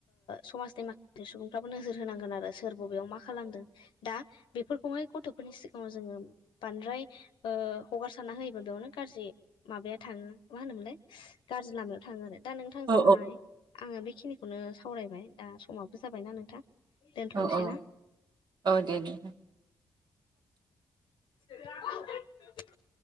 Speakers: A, on the left; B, on the right.
A: समाजनि माखासे सुबुंफ्राबो नोजोर होनांगोन आरो। सोर बबेयाव मा खालामदों दा बेफोरखौहाय गथ'फोरनि सिगाङाव जोङो बांद्राय ओ हगारसारना होयोबा बेयावनो गाज्रि माबाया थाङो मा होनोमोनलाय? गाज्रि लामायाव थाङो आरो। दा नोंथांजोंहाय
B: अ
A: आङो बेखिनिखौनो सावरायबाय दा समाबो जाबायना नोंथां? दोनथ'नोसै
B: औ औ
A: ना
B: ओ दे दे।
A: <unintelligible>